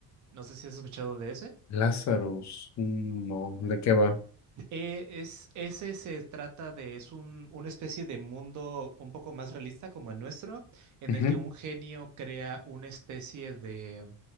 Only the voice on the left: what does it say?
Lazarus, mm, no, ¿de qué va?
Ujú,